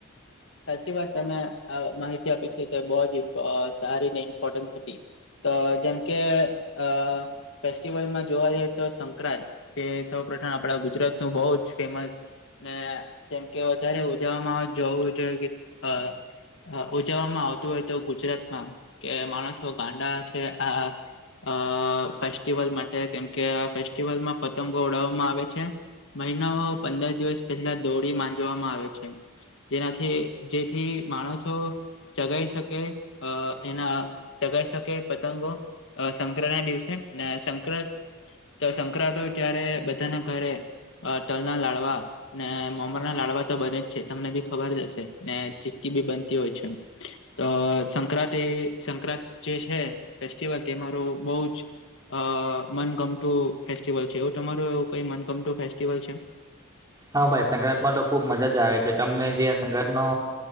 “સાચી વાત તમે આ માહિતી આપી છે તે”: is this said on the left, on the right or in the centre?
Left